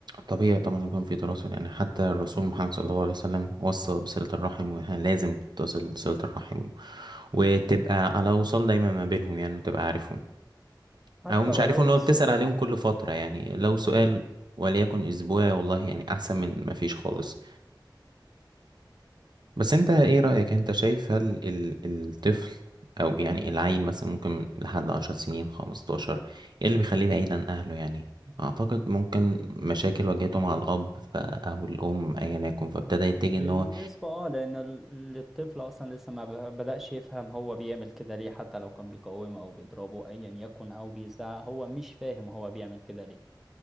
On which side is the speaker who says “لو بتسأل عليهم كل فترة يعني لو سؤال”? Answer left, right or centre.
Right